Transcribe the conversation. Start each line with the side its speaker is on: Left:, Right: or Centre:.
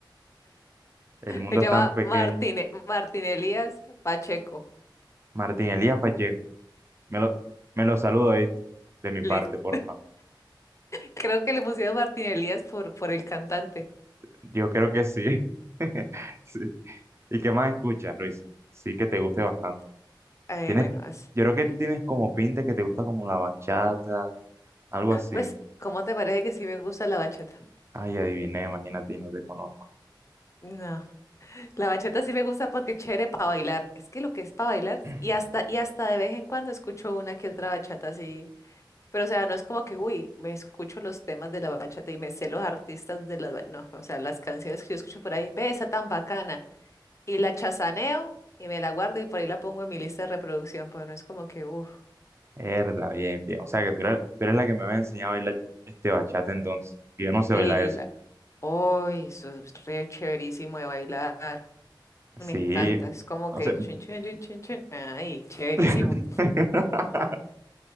Right: El mundo
Left: Se llama
Right: es tan pequeño.
Left: Martín, Martín Elías Pacheco.
Right: Martín Elías Pacheco. Me lo, me lo saludo, ¿viste? De mi
Left: Listo.
Right: parte, porfa.
Left: Creo que le pusieron Martín Elías por, por el cantante.
Right: Yo creo que sí. <laughs> Sí. ¿Y qué más escuchas, Luis? Sí que te guste
Left: Mm,
Right: bastante.
Left: eh,
Right: Tienes,
Left: bueno, as-
Right: yo creo que tú tienes como pinta que te gusta como la bachata, algo así.
Left: pues, ¿cómo te parece que sí me gusta la bachata?
Right: Ay, adiviné, imagínate, y no te conozco.
Left: No, la bachata sí me gusta porque es chévere para bailar. Es que lo que es para bailar,
Right: <clears throat>
Left: y hasta, y hasta de vez en cuando escucho una que otra bachata así. Pero o sea, no es como que, uy, me escucho los temas de la bachata y me sé los artistas de la... No, o sea, las canciones que yo escucho por ahí, ve esa tan bacana. Y la chazaneo y me la guardo y por ahí la pongo en mi lista de reproducción, pero no es como que, uff,
Right: Herda, bien, bien. O sea que tú eres, tú eres la que me había enseñado a bailar este bachata entonces. Y yo no sé
Left: uy,
Right: bailar eso.
Left: eso es re chéverísimo de bailar.
Right: Sí,
Left: Me encanta, es como
Right: o
Left: que
Right: sea,
Left: chun chun chun chun chun. Ay, chéverísimo.
Right: <laughs>